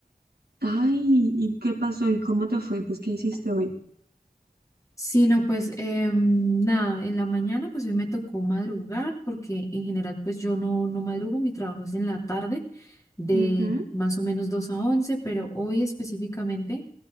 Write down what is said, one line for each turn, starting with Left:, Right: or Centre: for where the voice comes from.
Right: Ay, ¿y qué pasó? ¿Y cómo te fue? Pues, ¿qué hiciste hoy?
Left: Sí, no, pues em, nada, en la mañana pues hoy me tocó madrugar porque en general pues yo no, no madrugo, mi trabajo es en la tarde de
Right: Ujú.
Left: más o menos dos a once pero hoy específicamente